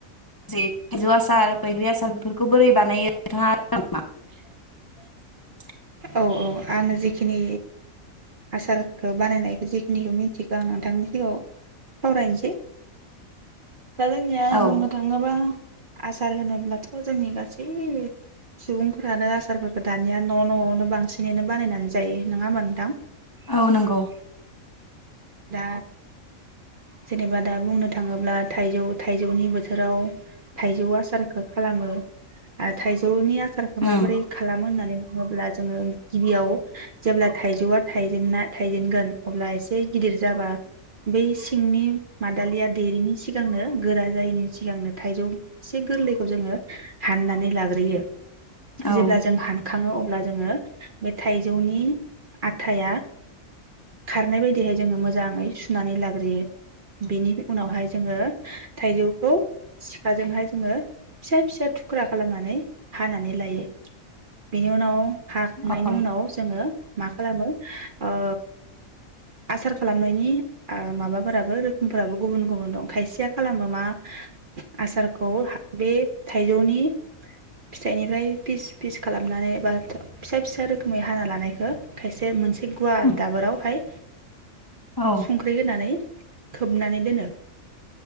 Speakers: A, on the left; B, on the right.
A: थाइजौ आसार बैग्रि आसार बेफोरखौ बोरै बानायो नोंथाङा <unintelligible>
B: औ औ आङो जिखिनि आसारखौ बानायनायखौ जेखिनिखौ मिथिगो आं नोंथांनि सिगाङाव सावरायनोसै दा जोंनिया
A: औ
B: बुंनो थाङोब्ला आसार होनोब्लाथ जोंनि गासै सुबुंफोरानो आसारफोरखौ दानिया न न आवनो बांसिनैनो बानायनानै जायो नङा होमबा नोंथां?
A: औ नंगौ।
B: दा जेनेबा दा बुंनो थाङोब्ला थाइजौ थाइजौनि बोथोराव थाइजौ आसारखौ खालामो आरो थाइजौनि आसार सारखौ माबोरै
A: उम
B: खालामो होननानै बुङोब्ला जोङो गिबियाव जेब्ला थाइजौआ थाइजेना थाइजेनगोन अब्ला एसे गिदिर जाबा बै सिंनि मादालिया देरिनि सिगांनो गोरा जायैनि सिगांनो थाइजौ इसे गोरलैखौ जोङो हाननानै लाग्रोयो।
A: औ
B: जेब्ला जों हानखाङो अब्ला जोङो मे थाइजौनि आथाया खारनाय बायदिहाय जोङो मोजाङै सुनानै लाग्रोयो बेनि उनावहाय जोङो थाइजौखौ सिखाजोंहाय जोङो फिसा फिसा थुख्रा खालामनानै हानानै लायो। बेनि उनाव हाखांनायनि
A: औ
B: उनाव जोङो मा खालामो ओ आसार खालामनायनि ओ माबाफोराबो रोखोमफोराबो गुबुन गुबुन दं खायसेया खालामो मा आसारखौ बे थाइजौनि फिथाइनिफ्राय फिस फिस खालामनानै एबा फिसा फिसा रोखोमै हाना लानायखौ खायसे मोनसे गुवार
A: उम
B: दाबोराव फाय
A: औ
B: संख्रि होनानै खोबनानै दोनो